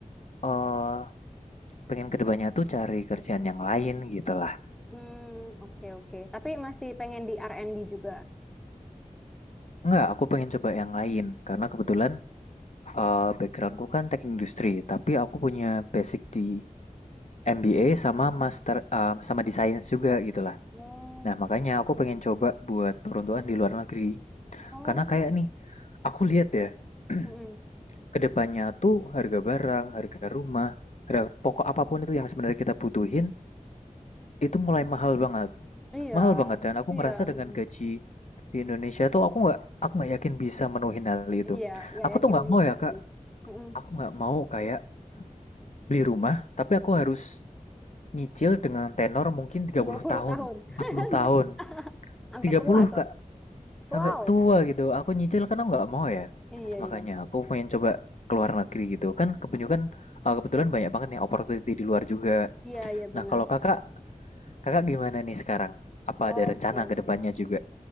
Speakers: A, on the left; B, in the centre.
A: eh pengen kedepannya tuh cari kerjaan yang lain gitu lah.
B: Hmm, oke oke. Tapi masih pengen di R&D juga.
A: Enggak, aku pengen coba yang lain karena kebetulan eh, backgroundku kan teknik industri, tapi aku punya basic di MBA sama master eh, sama di science juga gitulah
B: Oke.
A: Nah, makanya aku pengen coba buat peruntukan di luar negeri.
B: Oh,
A: Karena kayak nih, aku lihat ya, <clears throat>
B: mm-mm.
A: kedepannya tuh harga barang, harga rumah, harga pokok apapun itu yang sebenarnya kita butuhin, itu mulai mahal banget.
B: Iya,
A: Mahal banget dan aku
B: iya,
A: ngerasa
B: mm-mm.
A: dengan gaji di Indonesia tuh aku nggak aku nggak yakin bisa menuhin hal itu.
B: Iya, gak
A: Aku
B: yakin
A: tuh nggak
B: bisa
A: mau ya Kak,
B: sih. Mm-mm.
A: aku nggak mau kayak beli rumah, tapi aku harus nyicil dengan tenor mungkin tiga
B: dua
A: puluh tahun,
B: puluh tahun.
A: 40
B: <laughs>
A: tahun,
B: Sampai
A: tiga
B: tua
A: puluh
B: tuh.
A: Kak, sampai
B: Wow.
A: tua gitu. Aku nyicil karena nggak mau ya.
B: Iya,
A: Makanya
B: iya.
A: aku pengen coba keluar negeri gitu. Kan kebanyakan eh, kebetulan banyak banget nih opportunity di luar juga.
B: Iya, iya benar.
A: Nah, kalau Kakak, Kakak gimana nih sekarang? Apa
B: Oke.
A: ada rencana ke depannya juga?